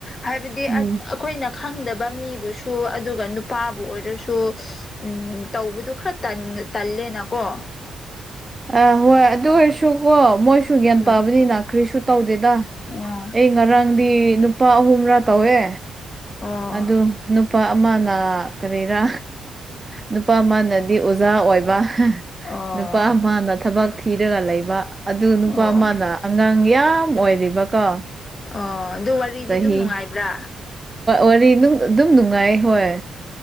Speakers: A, on the left; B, on the right.
A: ꯍꯥꯏꯕꯗꯤ
B: ꯎꯝ
A: ꯑꯩꯈꯣꯏꯅ ꯈꯪꯗꯕ ꯃꯤꯕꯨꯁꯨ ꯑꯗꯨ ꯑꯗꯨꯒ ꯅꯨꯄꯥꯕꯨ ꯑꯣꯏꯔꯁꯨ ꯎꯝ ꯇꯧꯕꯗ ꯈꯔ ꯇꯜꯂꯦꯅꯀꯣ
B: ꯑ ꯍꯣꯏ ꯑꯗꯨ ꯑꯣꯏꯔꯁꯨꯀꯣ ꯃꯣꯏꯁꯨ ꯒ꯭ꯌꯥꯟ
A: ꯎꯝ
B: ꯇꯥꯕꯅꯤꯅ ꯈ꯭ꯔꯤꯁꯨ ꯑꯗꯨꯦꯗ
A: ꯑꯣ
B: ꯑꯩ ꯉꯔꯥꯡꯗꯤ ꯅꯨꯄꯥ ꯑꯍꯨꯝꯔꯥ ꯇꯧꯋꯦ
A: ꯑꯣ
B: ꯑ ꯑꯗꯨ ꯅꯨꯄꯥ ꯑꯃꯅ ꯀꯔꯤꯔꯥ ꯅꯨꯄꯥ ꯑꯃꯅꯗꯤ ꯑꯣꯖꯥ ꯑꯣꯏꯕ
A: ꯑꯣ
B: ꯅꯨꯄꯥ ꯑꯃꯅ ꯊꯕꯛ ꯊꯤꯔꯒ ꯂꯩꯕ ꯑꯗꯨ ꯅꯨꯄꯥ
A: ꯑꯣ
B: ꯑꯃꯅ ꯑꯉꯥꯡ ꯌꯥꯝ ꯑꯣꯏꯔꯤꯕꯀꯣ
A: ꯑꯣ ꯑꯗꯨ ꯋꯥꯔꯤꯗꯤ
B: ꯆꯍꯤ
A: ꯑꯗꯨꯝ ꯅꯨꯡꯉꯥꯏꯕ꯭ꯔꯥ
B: ꯋꯥꯔꯤ ꯑꯗꯨꯝ ꯅꯨꯡꯉꯥꯏ ꯍꯣꯏ